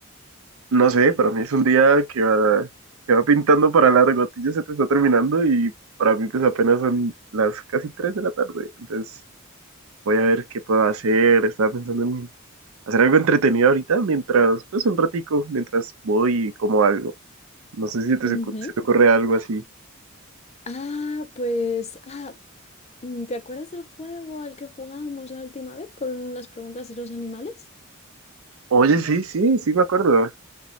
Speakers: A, on the right; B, on the left.
A: No sé, para mí es un día que va, que va pintando para largo. A ti ya se te está terminando y para mí pues apenas son las casi 3 de la tarde. Entonces voy a ver qué puedo hacer. Estaba pensando en hacer algo entretenido ahorita mientras, pues un ratico, mientras voy y como algo. No sé si te, se
B: Ujú.
A: ocu- se te ocurre algo así.
B: Ah, pues, ah, mm, ¿te acuerdas del juego al que jugamos la última vez con las preguntas y los animales?
A: Oye, sí, sí, sí me acuerdo.